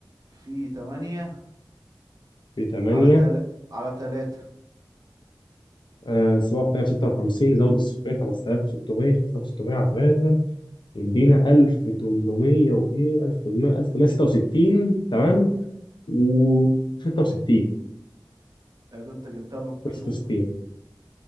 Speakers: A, on the right; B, on the left.
A: في 8
B: في 8
A: على تل... على 3
B: آه صفر تاني 56 زود الصفرين 5600 5600 على 3 يدينا 1800 وايه 1800 1866 تمام و66
A: ايوه ده انت جبتها بالكسور
B: 66